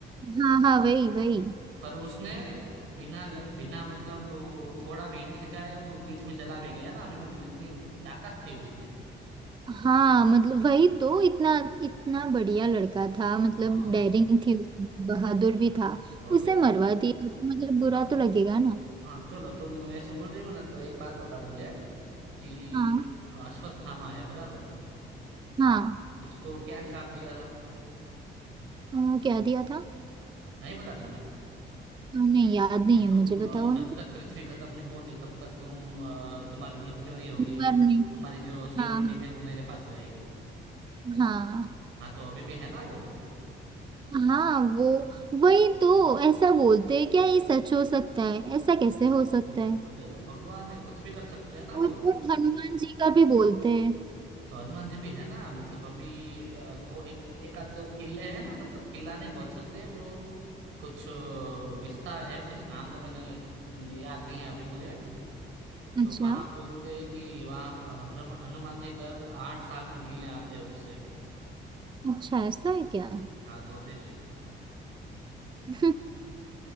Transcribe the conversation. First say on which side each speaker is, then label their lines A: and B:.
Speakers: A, on the right; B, on the right.
A: हाँ हाँ वही वही
B: पर उसने बिना बिना मतलब वो थोड़ा भी हिचकिचाया वो बीच में चला भी गया ना अभिमन्यु इतनी ताकत थी उसमें
A: हाँ मतलब वही तो इतना इतना बढ़िया लड़का था मतलब
B: हाँ
A: डेयरिंग थी उसमें बहादुर भी था
B: तो फिर
A: उसे मरवा दिया तो मतलब बुरा
B: तो,
A: तो लगेगा ना
B: हाँ चलो तुम ऐसे बोल रही हो ना तो एक बात बताओ मुझे कि
A: हाँ
B: अश्वत्थामा है बराबर
A: हाँ
B: उसको क्या श्राप दिया था
A: अ, क्या दिया था अ,
B: नहीं पता तुम्हें
A: नहीं याद नहीं
B: कि तुम
A: है मुझे बताओ
B: अ, जब
A: ना
B: तक पृथ्वी खत्म नहीं होती तब तक तुम अ, तुम्हारी मृत्यु नहीं होगी और
A: मर
B: तु-
A: नहीं
B: तुम्हारी जो शिवमणि
A: हाँ
B: है वो मेरे पास रहेगी
A: हाँ
B: हाँ तो अभी भी है ना वो
A: हाँ वो वही तो ऐसा बोलते हैं क्या ये सच हो सकता है ऐसा कैसे हो सकता
B: वो
A: है
B: अरे वो भगवान है कुछ भी कर सकते हैं ना वो
A: और और हनुमान जी का भी बोलते हैं
B: तो हनुमान जी भी है ना मतलब अभी अ, थो एक एक आध दो किले हैं ना मतलब किला नहीं बोल सकते वो कुछ अ, विस्तार है कुछ नाम तो मैंने याद नहीं है अभी मुझे तो
A: अच्छा
B: वहां बोलते हैं कि वहां हनुमान जी दर आठ साल में मिलने आते हैं उससे
A: अच्छा ऐसा है क्या
B: हाँ तो फिर
A: अ,